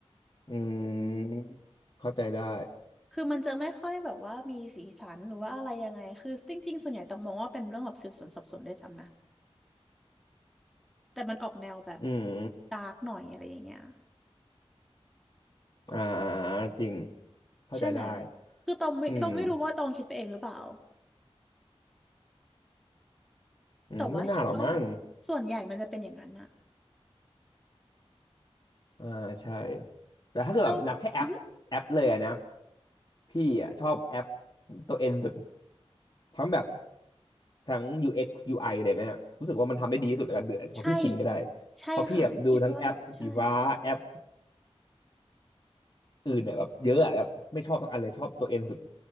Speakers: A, on the left; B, in the centre.
A: อืมเข้าใจได้
B: คือมันจะไม่ค่อยแบบว่ามีสีสันหรือว่าอะไรยังไงคือจริงๆส่วนใหญ่ต้องมองว่าเป็นเรื่องแบบสืบสวนสอบสวนด้วยซ้ำนะแต่มันออกแนวแบบ
A: อืม
B: ดาร์กหน่อยอะไรอย่างเงี้ย
A: อ่าอ่าอ่าจริงเข้าใจได้
B: ใช่ไหมคือตองไม่ตองไม่รู้ว่าตองคิดไปเองหรือเปล่า
A: อืมอืมไม่น่าหรอกมั้ง
B: แต่ว่าคิดว่าส่วนใหญ่มันจะเป็นอย่างนั้นน่ะ
A: อ่าใช่แต่ถ้าเกิดแบบนับแค่แอปแอปเลยอะนะ
B: แล้วอือหือ
A: พี่อ่ะชอบแอปตัวเอ็นสุดทั้งแบบทั้ง UX UI อกซ์ยูไออะไรเงี้ยรู้สึกว่ามันทำได้ดีที่สุดในการเดือดพอพี่ชินก็ได้
B: ใช่ใช่ค่ะคิดว่าใช่
A: เพอพี่แบบดูทั้งแอปสีฟ้าแอปอื่นเนี่ยแบบเยอะอะแบบไม่ชอบสักอันเลยชอบตัวเอ็นสุด